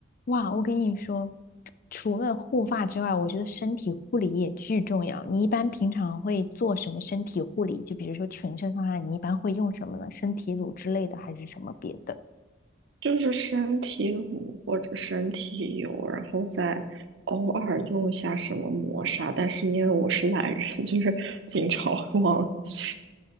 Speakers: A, on the left; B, on the right.
A: 哇，我跟你说，除了护发之外，我觉得身体护理也巨重要。你一般平常会做什么身体护理？就比如说全身方案，你一般会用什么呢？身体乳之类的，还是什么别的？
B: 就是身体乳或者身体油，然后再偶尔用一下什么磨砂，但是因为我是懒人，<laughs> 就是经常会忘记。